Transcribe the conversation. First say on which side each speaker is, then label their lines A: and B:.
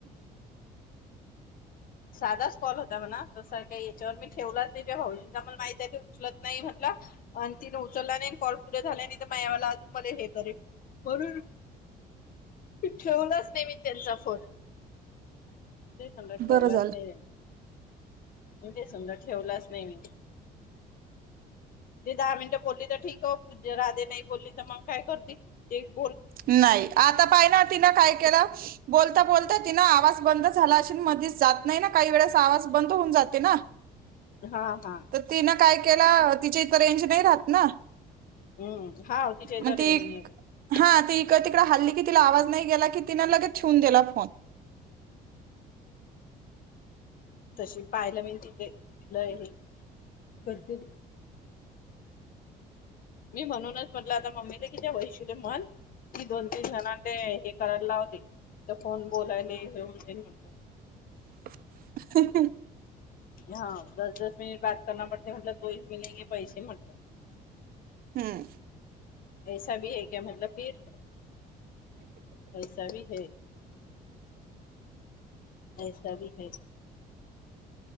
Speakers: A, on the left; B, on the right.
A: साधाच कॉल होता म्हणा तस काही याच्यावर मी ठेवलाच नाही जज मला माहिती आहे ते उचलत नाही म्हटलं आणि तिने उचलला नाही कॉल पुरे झाल्या आणि मावाला अजून म हे करेल बरोर ठेवलाच नाही मी त्यांचा फोन ठेवलाच
B: बरं झालं.
A: नाही म ते समजा ठेवलंच नाही मी. ते दहा मिनट बोलली तर ठीक आहे पू राधे नाही बोलली तर मग काय करती? -
B: नाही. आता पाहिल ना तिन काय केलं? बोलता बोलता- त तीनआवाज बंद झाला असेल, मधीच जात नाही ना काही वेळेस आवाज बंद होऊन जाते ना?
A: हा हा.
B: तर तिनं काय केल तिच्या ईथ रेंज नाही राहत ना-
A: हम्म. हाव तिच्या इथे
B: मग
A: रेंज
B: ती
A: नाई रहात.
B: हा ती इकड हल्ली की तिला आवाज नाही गेला की, तीन लगेच ठेवून दिला फोन.
A: तशी <unintelligible> मी म्हणूनच म्हटलं आता मम्मीला, कि त्या वैशूला म्हण की दोन तीन जणां ते हे करायला लावते तर फोन बोलायला होऊन म्हटल.
B: ह
A: हा. दस दस मिनिट बाात करना पडता म्हटलं तोही मिलते पैसे म्हटलं-
B: हम्म.
A: ऐसा भी है क्या? म्हटलं फिर? पैसा भी है- ऐसा भी है.